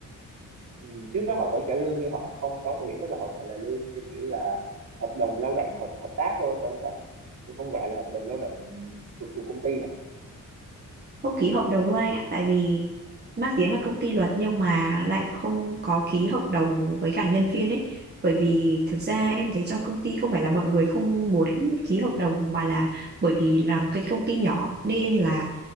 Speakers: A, on the right; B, on the right.
A: ừ, trước đó họ vẫn trả lương nhưng họ không đóng bảo hiểm tức là họ gọi là lương theo kiểu là hợp đồng lao động hợp hợp tác thôi phải không ta Chứ không gọi là hợp đồng lao động thuộc thuộc công ty hả
B: không ký hợp đồng luôn anh ạ tại vì mang tiếng là công ty luật nhưng mà lại không có ký hợp đồng với cả nhân viên ấy bởi vì thực ra em thấy trong công ty không phải là mọi người không muốn ký hợp đồng mà là bởi vì làm cái công ty nhỏ nên là